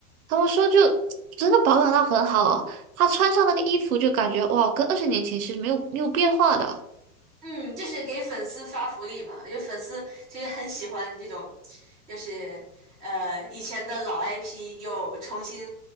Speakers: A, on the right; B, in the centre.
A: 他们说就真的保养到很好哦，他穿上那个衣服就感觉哇，跟二十年前其实没有没有变化的，
B: 嗯，就是给粉丝发福利嘛，因为粉丝其实很喜欢这种，就是呃以前的老 IP 又重新